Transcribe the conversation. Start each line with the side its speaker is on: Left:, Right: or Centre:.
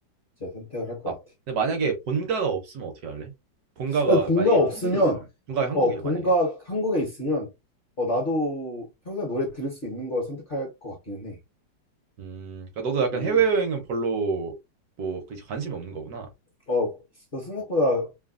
Left: 제제 선택을 할 것
Right: 아,
Left: 같아.
Right: 근데 만약에 본가가 없으면 어떻게 할래? 본가가
Left: 아, 본가
Right: 만약에
Left: 없으면,
Right: 한국에 있으면 본가가 한국이야
Left: 어,
Right: 만약에.
Left: 본가 한국에 있으면, 어, 나도 평생 노래 들을 수 있는 걸 선택할 것 같기는 해.
Right: 음, 그러니까 너도 약간
Left: 음,
Right: 해외여행은 별로 뭐그 관심이 없는 거구나.
Left: 어, 저 생각보다,